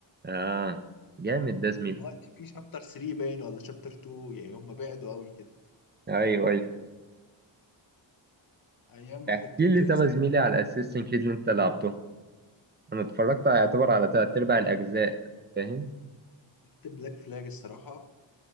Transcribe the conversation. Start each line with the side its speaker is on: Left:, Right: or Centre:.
Right: اه جامد ده زميلي
Left: دلوقتي في شابتر 3 باين ولا شابتر 2 يعني هم بعدوا قوي كده
Right: ايوه ايوه
Left: ايام ما
Right: احكي
Left: كنت بتنزل
Right: لي طب يا زميلي
Left: في
Right: على اسيستنت كريد اللي انت لعبته انا اتفرجت على- يعتبر على تلات ارباع الاجزاء فاهم
Left: كنت بلاك فلاج الصراحه